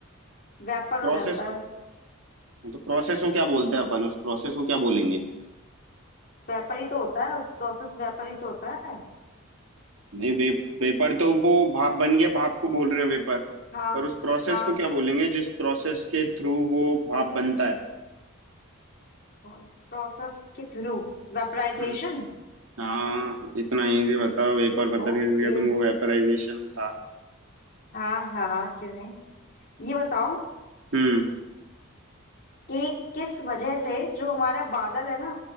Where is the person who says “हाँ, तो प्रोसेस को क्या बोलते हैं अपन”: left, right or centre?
Right